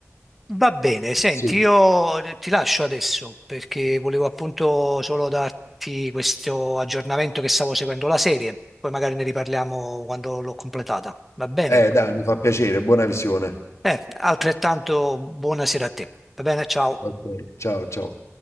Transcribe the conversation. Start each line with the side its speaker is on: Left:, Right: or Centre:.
Centre: Va bene, senti,
Left: Sì.
Centre: io eh, ti lascio adesso perché volevo appunto solo darti questo aggiornamento che stavo seguendo la serie, poi magari ne riparliamo quando l'ho completata. Va bene?
Left: Eh dai, mi fa piacere, buona visione.
Centre: Eh, altrettanto buonasera a te. Va bene, ciao.
Left: Ok. Ciao, ciao.